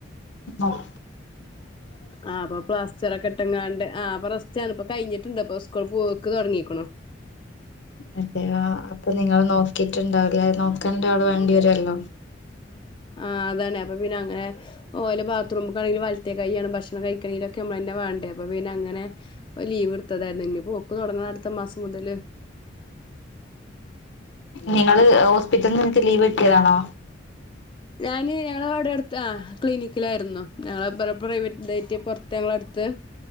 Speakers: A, on the left; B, on the left.
A: ആഹ
B: ആ അപ്പൊ പ്ലാസ്റ്റർ ഒക്കെ ഇട്ടങ്ങാ ആഹ് അപ്പ റസ്റ്റാണിപ്പൊ കഴിഞ്ഞിട്ടുണ്ട് അപ്പൊ സ്കൂൾ പോക്ക് തുടങ്ങിക്കണു
A: അതെയോ അപ്പൊ നിങ്ങള് നോക്കിട്ട്ണ്ടാവില്ല നോക്കണ്ടാള് വേണ്ടി വരുവല്ലോ
B: ആഹ് അതന്നെ അപ്പ പിന്നെ അങ്ങനെ ഒരു ബാത്റൂമൊക്കൊണെങ്കിൽ മറ്റേ കയ്യാണ് ഭക്ഷണം കഴിക്കണലൊക്കെ നമ്മൾന്നെ വേണ്ട അപ്പ പിന്നെ അങ്ങനെ ലീവ് എടുത്തതായിരുന്നു ഇനിപ്പോ പൊക്ക് തുടങ്ങണം അടുത്ത മാസം മുതല്
A: നിങ്ങള് ഹോസ്പിറ്റലിൽ നിങ്ങൾക്ക് ലീവ് കിട്ടിയതാണോ
B: ഞാന് ഞങ്ങള അവിടെ അടുത്ത് ആ ക്ലിനിക്കിലായിരുന്നു ഞങ്ങളറ പ്രൈവറ്റ് ഇതായിട്ട് പുറത്ത് ഞങ്ങള ത്ത്